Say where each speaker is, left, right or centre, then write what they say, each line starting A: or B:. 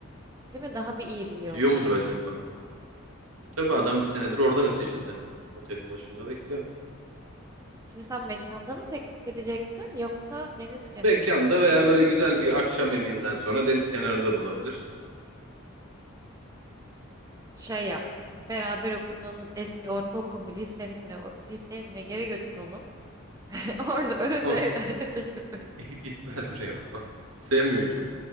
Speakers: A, on the right; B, on the right.
A: Değil mi? Daha bir iyi biliyor
B: Biliyor
A: o tarafı.
B: mudur acaba? E, tabii adam bir senedir orada neticede. Otelin başında bekliyor.
A: Şimdi sen mekanda mı teklif edeceksin yoksa deniz kenarında
B: Mekanda
A: mı?
B: veya böyle güzel bir akşam yemeğinden sonra deniz kenarında da olabilir.
A: Şey yap. Beraber okuduğunuz eski ortaokul mu, lisenin mi, ne- o- liseye mi ne yere götür onu. <laughs> Orada önünde
B: Ama
A: evlenme teklif et.
B: <laughs> Gitmez oraya. <laughs> Sevmiyor çok.